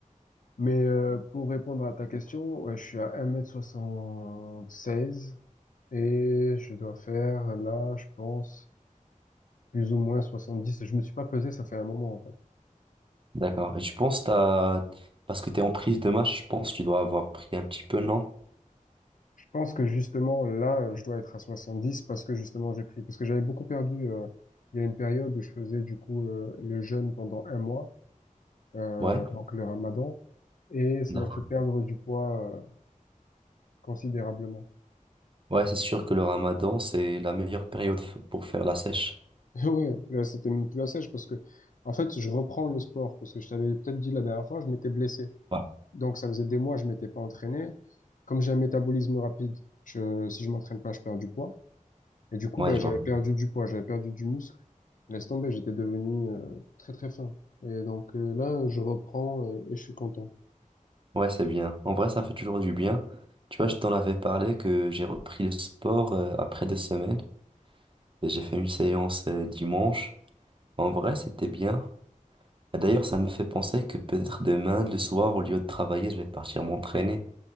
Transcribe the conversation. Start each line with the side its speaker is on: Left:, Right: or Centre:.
Left: Mais euh, pour répondre à ta question, ouais, je suis à un mètre soixante seize et je dois faire là, je pense, plus ou moins 70. Je me suis pas pesé, ça fait un moment en fait.
Right: D'accord. Et tu penses t'as... Parce que t'es en prise de match, je pense que tu dois avoir pris un petit peu, non?
Left: Je pense que justement là, je dois être à 70 parce que justement j'ai pris, parce que j'avais beaucoup perdu. euh, il y a une période où je faisais du coup euh, le jeûne pendant un mois. euh,
Right: Ouais.
Left: donc le ramadan, et ça
Right: D'accord.
Left: m'a fait perdre du poids euh, considérablement.
Right: Ouais, c'est sûr que le ramadan, c'est la meilleure période f- pour faire la sèche.
Left: <laughs> Ouais, là c'était même plus la sèche parce que, en fait, je reprends le sport parce que je t'avais peut-être dit la dernière fois, je m'étais blessé.
Right: Ouais,
Left: Donc ça faisait des mois, je m'étais pas entraîné. Comme j'ai un métabolisme rapide, je, si je m'entraîne pas, je perds du poids. Et du coup,
Right: Ouais,
Left: ben,
Right: je
Left: j'avais
Right: vois.
Left: perdu du poids, j'avais perdu du muscle. Laisse tomber, j'étais devenu euh, très très fin. Et donc euh, là, je reprends et, et je suis content.
Right: Ouais, c'est bien. En vrai, ça fait toujours du bien. Tu vois, je t'en avais parlé que j'ai repris le sport euh, après deux semaines. Et j'ai fait une séance euh, dimanche. En vrai, c'était bien. Et D'ailleurs, ça me fait penser que peut-être demain, le soir, au lieu de travailler, je vais partir m'entraîner.